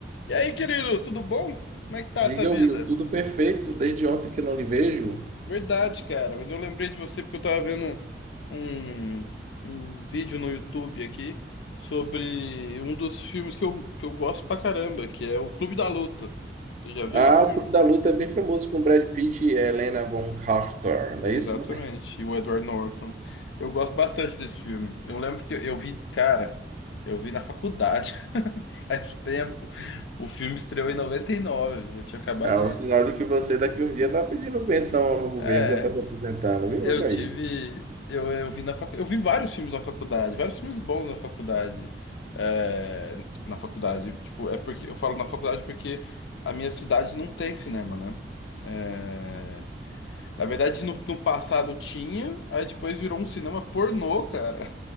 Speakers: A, on the left; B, on the right.
A: E aí, querido, tudo bom? Como é que tá
B: Diga,
A: essa vida?
B: Will, tudo perfeito, desde ontem que não lhe vejo.
A: Verdade, cara, mas eu lembrei de você porque eu tava vendo um, um vídeo no YouTube aqui sobre um dos filmes que eu, que eu gosto pra caramba, que é o Clube da Luta. Você já viu
B: Ah,
A: esse filme?
B: o Clube da Luta é bem famoso com Brad Pitt e Helena Von Carter, não
A: Exatamente,
B: é isso?
A: e o Edward Norton. Eu gosto bastante desse filme. Eu lembro que eu vi, cara, eu vi na faculdade, <laughs> faz tempo. O filme estreou em 99. eu tinha acabado
B: É
A: de.
B: o sinal de que você daqui a um dia está pedindo pensão ao governo,
A: É.
B: já está se aposentando, viu,
A: Eu
B: meu país?
A: tive. Eu, eu vi na facu... Eu vi vários filmes na faculdade, vários filmes bons na faculdade. É, na faculdade, tipo, é porque eu falo na faculdade porque a minha cidade não tem cinema, né? É, na verdade, no, no passado tinha, aí depois virou um cinema pornô, cara.